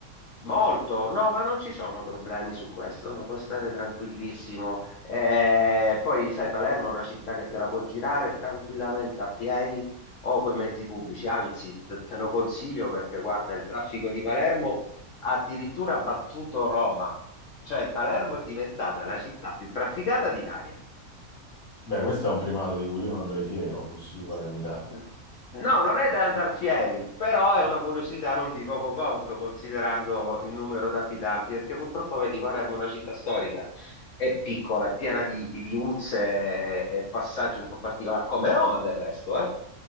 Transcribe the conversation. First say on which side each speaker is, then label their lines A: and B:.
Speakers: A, on the left; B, on the left.
A: molto, no, ma non ci sono problemi su questo, no, puoi stare tranquillissimo. Eh, poi sai, Palermo è una città che te la può girare tranquillamente a piedi o coi mezzi pubblici, anzi, te te lo consiglio perché guarda, il traffico di Palermo ha addirittura battuto Roma, cioè Palermo è diventata la città più trafficata d'Italia.
B: Beh, questo è un primato di cui io non andrei fiero, così palermitano.
A: Eh, No, non è da andar fieri, però è una curiosità non di poco conto considerando il numero di abitanti, perché purtroppo vedi Palermo è una città storica, è piccola, è piena di, di viuzze e passaggi un po' particolari, come Roma del resto, eh?